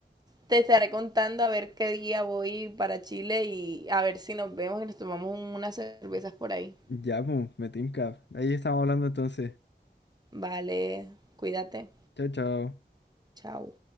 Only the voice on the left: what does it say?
Ya, pues, me tinca. Ahí estamos hablando entonces.
Chao, chao.